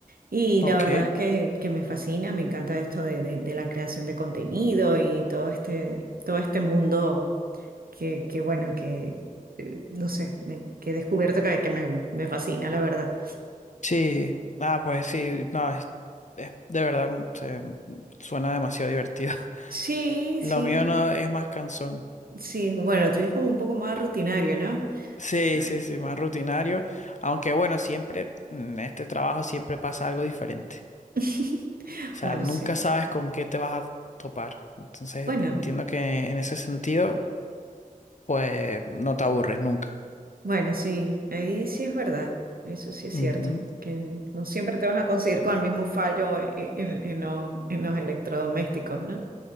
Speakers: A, on the right; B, on the left.
A: y
B: Ok,
A: la verdad que, que me fascina, me encanta esto de, de- de la creación de contenido y todo este, todo este mundo que, que bueno, que eh, no sé, me- que he descubierto que, que me, me fascina, la verdad.
B: sí. Ah, pues sí, no, es, es- de verdad mm, se- mm, suena demasiado divertido. <laughs>
A: Sí,
B: Lo
A: sí,
B: mío no es más cansón.
A: sí, bueno, tú eres como un poco más rutinario, ¿no?
B: Sí,
A: Aquí.
B: sí, sí, más rutinario. Aunque bueno, siempre mm, en este trabajo siempre pasa algo diferente.
A: <laughs>
B: O sea,
A: Bueno,
B: nunca
A: sí.
B: sabes con qué te vas a topar. Entonces
A: Bueno,
B: entiendo que en ese sentido, pues no te aburres nunca.
A: bueno, sí. Ahí sí es verdad. Eso sí es
B: Ujú,
A: cierto. Que no siempre te vas a conseguir con el mismo fallo en, en- en los, en los electrodomésticos, ¿no?